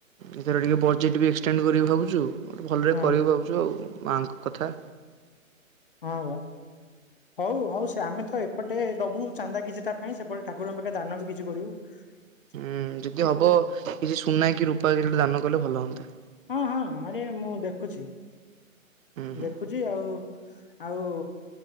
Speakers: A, on the right; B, on the left.
A: ଏଥର ଟିକେ ବଜେଟ୍ ବି ଏକ୍ସଟେଣ୍ଡ କରିବୁ ଭାବୁଛୁ ଭଲରେ
B: ହଁ।
A: କରେଇବୁ ଭାବୁଛୁ ଆଉ। ମାଆଙ୍କ କଥା।
B: ହଁ ବା। ହଉ ହଉ ସେ ଆମେ ତ ଏପଟେ ଦବୁ ଚାନ୍ଦା କିଛିଟା ପାଇଁ ସେପଟେ ଠାକୁରଙ୍କ ପାଖରେ ଦାନ ବି କିଛି କରିବୁ। ହ। <unintelligible>
A: ହୁଁ ଯଦି ହବ କିଛି ସୁନା କିି ରୂପା କିଛି ଗୋଟେ ଦାନ କଲେ ଭଲ ହୁଅନ୍ତା।
B: ହଁ ହଁ ଆରେ ମୁଁ ଦେଖୁଛି
A: ହୁଁ ହୁଁ।
B: ଦେଖୁଛି ଆଉ। ଆଉ